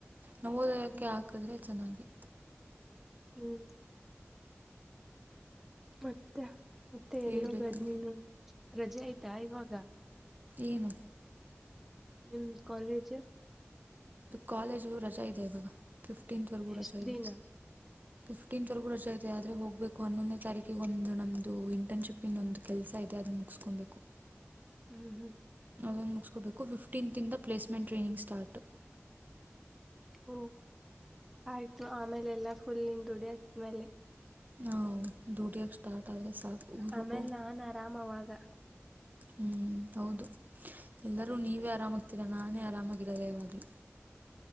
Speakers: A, on the right; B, in the centre.
A: ನವೋದಯಕ್ಕೆ
B: ಹ್ಮ್
A: ಹಾಕಿದ್ರೆ ಚೆನ್ನಾಗಿ
B: ಹ್ಮ್ ಮತ್ತ ಮತ್ತೆ
A: ಹೇಳ್ಬೇಕು
B: ಎಲ್ಲೋಗದ್ ನೀನು ರಜೆ ಆಯ್ತಾ ಇವಾಗ
A: ಏನು
B: ಹ್ಮ ಕಾಲೇಜ
A: ಕಾಲೇಜಗೂ ರಜೆ ಇದೆ ಇವಾಗ ಫಿಫ್ಟೀನ್ತ್ವರೆಗೂ ರಜೆ
B: ಎಷ್ಟ್
A: ಇದೆ
B: ದಿನ
A: ಫ್ಟೀತ್ವರೆಗೂ ರಜ ತೆದೆ ಆದ್ರ ಹೋಗಬೇಕು ಹನ್ನೊನೇ ತಾರಕು ಒಂದು ನಮ್ಮದು ಇಂಟರ್ನ್ಶಿಪ್ ಇನ್ನೊಂದು ಕೆಲಸ ಇದೆ ಅದನ್ನ ಮುಗಿಸ್ಕೊಬೇಕು
B: ಹ್ಮ್ ಹ್ಮ
A: ಮುಗಿಸಕೋಬೇಕು ಫಿಫ್ಟೀನ್ಂತಿಂದ ಪ್ಲೇಸ್ಮೆಂಟ್ ಟ್ರೈನಿಂಗ್ ಸ್ಟಾರ್ಟ್
B: ಓ ಆಯ್ತು ಆಮೇಲೆ ಎಲ್ಲಾ ಫುಲ್ ಹಂದುಡಿ ಅದ್ಮೇಲೆ
A: ಹ ದ್ಯೂಟಿಯ ಸ್ಟಾರ್ಟ ಆದ್ರೆ ಸಾಕು ರು
B: ಆಮೇಲೆ ನಾನ್ ಆರಾಮ್ ಅವಾಗ
A: ಹ್ಮ್ ಹೌದು ಎಲ್ಲರೂ ನೀವೇ ಆರಾಮಾಗ್ತೀರಾ ನಾನೇ ಆರಾಮಾಗಿರದ ಯಾವಾಗ್ಲೂ